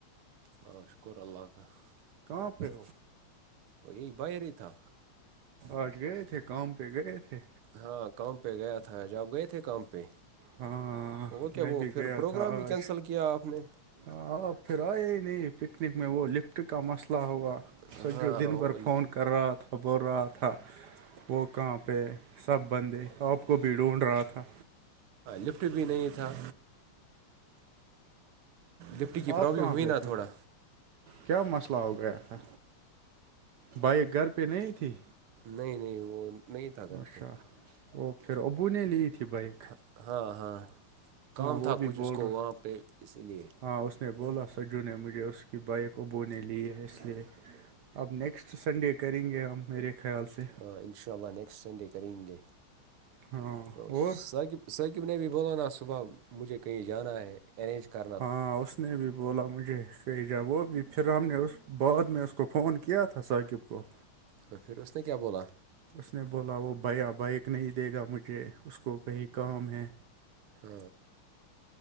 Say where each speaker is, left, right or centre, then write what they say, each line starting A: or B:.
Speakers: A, on the right; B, on the right.
A: <unintelligible>
B: کہاں پہ ہو
A: وہ یہ باہریی تھا
B: آج گیئے تھے کم پ گی تھے
A: ہاں کام پہ گیا تھا ج آپ گئے تھے کام پہ
B: ہاں
A: وہ کیا
B: میں
A: وہ
B: بھی
A: پھر
B: گیا
A: پروگرام
B: تھا
A: بھی
B: آج
A: کینسل کیا آپ نے
B: آپ پھر آئے ہی نہیں پکنک میں وہ لکھ کا مسئلہ ہوا
A: ہاں
B: س جو دن
A: وہ
B: بھر فون کر رہا تھا بول رہا تھا وہ کہاں پہ سب بندے آپ کو بھی ڈھونڈ رہا تھا
A: لفٹ بھی نہیں تھا لفٹ ٹی کی پرابلم
B: آپ کہاں
A: ہوئی
B: پہ
A: نا
B: تھے
A: تھڑا
B: کیا مسئلہ ہو گیا تھا بائک گھر پہ نہیں تھی
A: نہیں نہیں وہ نہیں تھا کر
B: اچھا
A: پہ
B: وہ پھر ابو نے لی تھی بھائی
A: ہ ہاں ہاں کام
B: وہ
A: تھا
B: بھی
A: کچھ اس
B: بول
A: کو
B: رہا
A: وہاں پہ اسی لیے
B: ہاں اس نے بولا سجو نے مجھے اس کی بائک ابونے لی ہے اس لیے اب نیکسٹ سنڈے کریں گے ہم میرے خیال سے
A: ہ انشاء اللہ نیکسٹ سنڈے کریں گے
B: ہاں
A: تو
B: اور
A: اکب ثقب نے بھی بولو نا صبح مجھے کہیں جانا ہے ارینج کر
B: ہاں اس نے بھی بولا مجھے کہ جا وہ بھی پھر ہم نے اس بعد میں اس کو فون کیا تھا ثاقب کو
A: تو پھر اس نے کیا بولا
B: اس نے بولا وہ بھیا بائک نہیں دے گا مجھے اس کو کہیں کام ہے
A: ہ